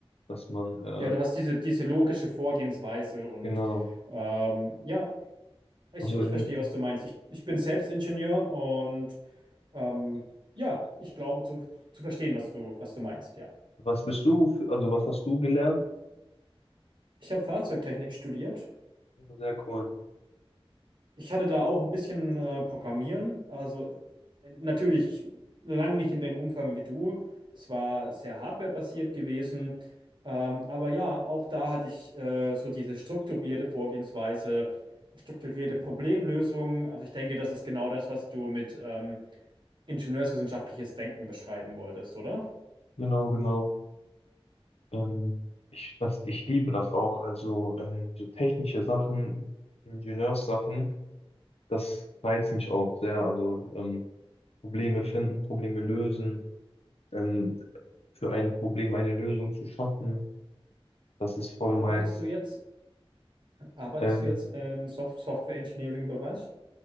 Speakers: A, on the left (about 85°); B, on the right (about 50°).
A: dass man äh,
B: Ja, du hast diese, diese logische Vorgehensweise und
A: genau.
B: ähm, ja, ich,
A: Also
B: ich
A: ähm,
B: verstehe, was du meinst. Ich, ich bin selbst Ingenieur und ähm, ja, ich glaube zu, zu verstehen, was du, was du meinst, ja.
A: was bist du, für, also was hast du gelernt?
B: Ich habe Fahrzeugtechnik studiert
A: Sehr cool.
B: Ich hatte da auch ein bisschen äh, Programmieren, also äh, natürlich lang nicht in dem Umfang wie du. Es war sehr hardwarebasiert gewesen, ähm, aber ja, auch da hatte ich äh, so diese strukturierte Vorgehensweise, strukturierte Problemlösung. Also ich denke, das ist genau das, was du mit ähm, ingenieurswissenschaftliches Denken beschreiben wolltest, oder?
A: Genau, genau. Ähm, ich, das, ich liebe das auch. Also ähm, so technische Sachen, Ingenieurssachen, das reizt mich auch sehr. Also ähm, Probleme finden, Probleme lösen, ähm, für ein Problem eine Lösung zu schaffen, das ist voll
B: Arbeitest
A: meins.
B: du jetzt, arbeitest
A: Ähm,
B: du jetzt im Soft Software Engineering Bereich?